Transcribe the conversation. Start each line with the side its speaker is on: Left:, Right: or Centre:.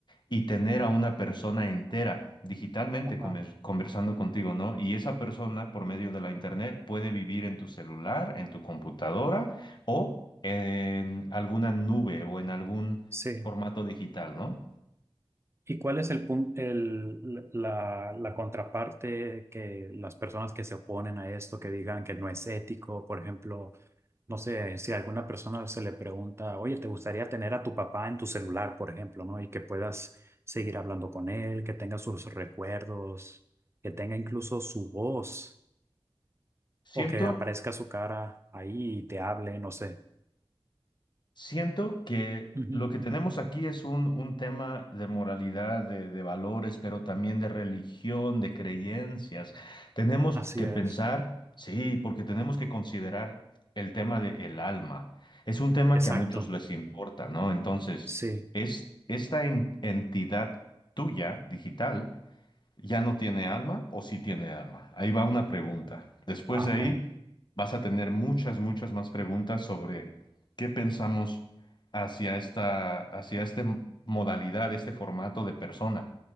Left: y tener a una persona entera digitalmente
Right: ajá,
Left: comer- conversando contigo, ¿no? Y esa persona por medio de la internet puede vivir en tu celular, en tu computadora o en alguna nube o en algún
Right: sí.
Left: formato digital, ¿no?
Right: ¿Y cuál es el punto, el, la, la contraparte que las personas que se oponen a esto, que digan que no es ético, por ejemplo? No sé, si a alguna persona se le pregunta, oye, ¿te gustaría tener a tu papá en tu celular, por ejemplo, ¿no? Y que puedas seguir hablando con él, que tenga sus recuerdos, que tenga incluso su voz,
Left: Siento
Right: o que aparezca su cara ahí y te hable, no sé.
Left: Siento que
Right: Ujú.
Left: lo que tenemos aquí es un, un tema de moralidad, de, de valores, pero también de religión, de creencias. Tenemos
Right: Así
Left: que
Right: es.
Left: pensar, sí, porque tenemos que considerar el tema del alma. Es un tema
Right: Exacto.
Left: que a muchos les importa, ¿no? Entonces,
Right: Sí.
Left: es esta en- entidad tuya, digital, ¿Ya no tiene alma o sí tiene alma? Ahí va una pregunta. Después
Right: Ajá.
Left: de ahí vas a tener muchas, muchas más preguntas sobre qué pensamos hacia esta, hacia esta modalidad, este formato de persona.